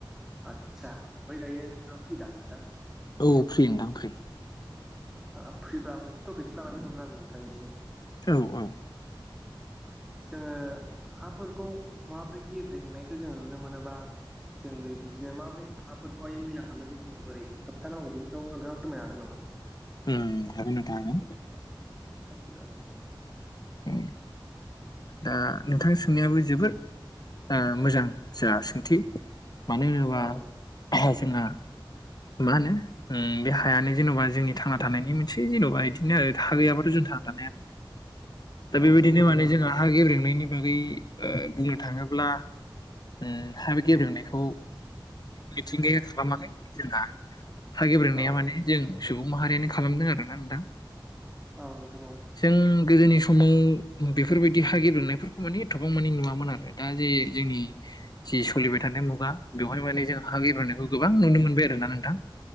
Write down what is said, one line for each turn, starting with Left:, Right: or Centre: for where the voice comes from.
Centre: आदसा ओमफ्राय दायो नोंथाङा फ्रि दा नोंथां
Left: औ फ्रि नोंथां फ्रि
Centre: ओ फ्रिब्रा आं मोनसे टपिकसो लानानानै फैदोंमोन आरो नोंथांनिसिम
Left: औ औ
Centre: <inaudible> जोङो हाफोरखौ माबोरै गेब्रेेंनायखौ जोङो नुनो मोनोबा जोंङो बे बिदिनो माबोरै हाफोरखौहाय मैला खालामनायखौ जोङो बोरै होबथानांगौ बेनि सायावबो नोंथाङा फोरमायनो हागोन नामा
Left: उम हागोन नोंथां हागोन
Centre: <unintelligible>
Left: उम दा नोंथां सोंनायाबो जोबोद मोजां जा सोंथि मानो होनोबा
Centre: औ
Left: जोंहा मा होनो उम बे हायानो जेन'बा जोंनि थांना थानायनि मोनसे जेन'बा इदिनो आरो हा गैयाबाथ' जों थांना थानो हखयाना
Centre: <inaudible>
Left: दा बेबायदिनो
Centre: नंगौ नोंथां
Left: माने
Centre: नंगौ
Left: जोंहा हा गेब्रेंनायनि बागै ओ बुंनो थाङोब्ला उम हा बे गेब्रेंनायखौ मिथिंगाया जोंना हा गेब्रेंनाया
Centre: औ
Left: माने जों सुबुं माहारियानो खालामदों आरोना नोंथां
Centre: औ नोंथां औ
Left: जों गोदोनि समाव बेफोरबायदि हा गेब्रेंनायफोरखौ माने एथबां माने नुवामोन आरो दा जे जोंनि जि सोलिबाय थानाय मुगा बेवहाय माने जों हा एब्रोननायखौ गोबां नुनो मोनदों आरोना नोंथां